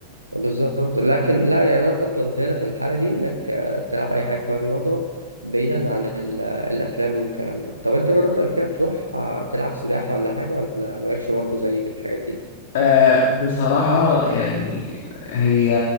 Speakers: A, on the right; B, on the left.
A: بالظبط لكن لا يعني أنا أفضل هنا في الحالة دي إنك آه، تلعب أي حاجة فيها رياضة بعيدا عن ال- الأفلام والكلام ده طب أنت جربت قبل كده تروح آه، تلعب سباحة ولا حاجة ولا مالكش برضه زي في الحاجات دي؟
B: آه، بصراحة يعني هي